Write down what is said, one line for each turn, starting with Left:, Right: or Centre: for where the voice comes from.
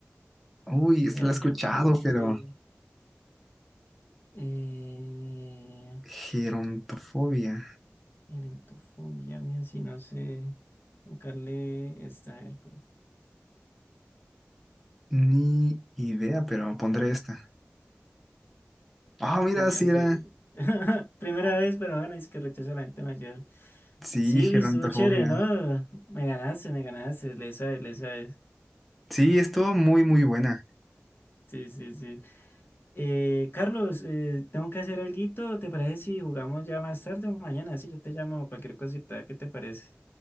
Centre: Uy, esta
Left: Gerontofobia.
Centre: la he escuchado, pero.
Left: Eh,
Centre: Gerontofobia.
Left: gerontofobia, mira, si no sé buscarle esta. A ver, cu-
Centre: Ni idea, pero pondré esta. Ah, mira,
Left: uy,
Centre: sí
Left: así.
Centre: era.
Left: <laughs> Primera vez, pero bueno, es que rechazo a la gente mayor.
Centre: Sí,
Left: Sí,
Centre: gerontofobia.
Left: vi estuvo chévere, ¿no? Me ganaste, me ganaste. Le sabes, le sabes.
Centre: Sí, estuvo muy, muy buena.
Left: Sí, sí, sí. Eh, Carlos, eh, tengo que hacer alguito. ¿Te parece si jugamos ya más tarde o mañana? Sí, yo te llamo cualquier cosita. ¿Qué te parece?